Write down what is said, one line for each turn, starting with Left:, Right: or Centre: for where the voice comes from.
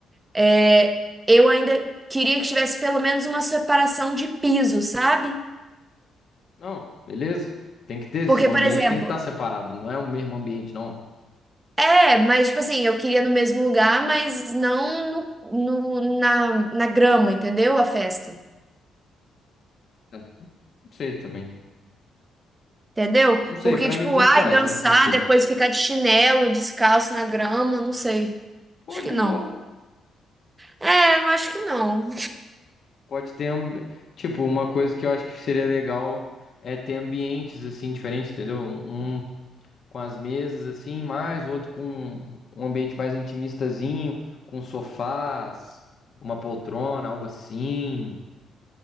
Right: é, eu ainda queria que tivesse pelo menos uma separação de piso, sabe?
Left: Não, beleza. Tem que ter,
Right: Porque,
Left: o ambiente
Right: por exemplo,
Left: tem que estar separado, não é o mesmo ambiente, não.
Right: é, mas tipo assim, eu queria no mesmo lugar, mas não no, no- na, na grama, entendeu? A festa.
Left: É, não sei também.
Right: Entendeu?
Left: Não sei,
Right: Porque,
Left: pra
Right: tipo,
Left: mim tanto
Right: ai,
Left: faz
Right: dançar,
Left: nesse sentido.
Right: depois ficar de chinelo, descalço na grama, não sei.
Left: Pô,
Right: Acho
Left: de
Right: que não.
Left: boa.
Right: É, eu acho que não.
Left: Pode ter, ambi- tipo, uma coisa que eu acho que seria legal é ter ambientes assim diferentes, entendeu? Um com as mesas assim, mais o outro com um ambiente mais intimistazinho, com sofás, uma poltrona, algo assim.